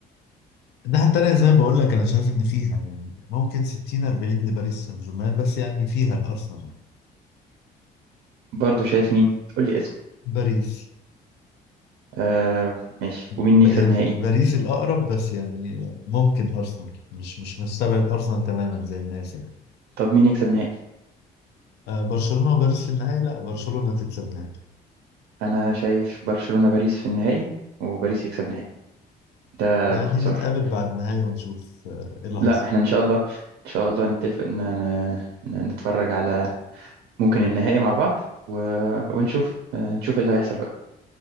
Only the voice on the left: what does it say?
الناحية التانية زي ما بقول لك أنا شايف إن فيها يعني ممكن 60 40 لباريس سان جيرمان بس يعني فيها الأرسنال
باريس
ب
يعني
باريس الأقرب بس يعني ممكن أرسنال مش مش مستبعد أرسنال تماما زي الناس يعني
آه برشلونة وباريس في النهاية لا برشلونة تكسب نهائي
يعني
نتقابل بعد النهاية ونشوف آه، إيه اللي
حصل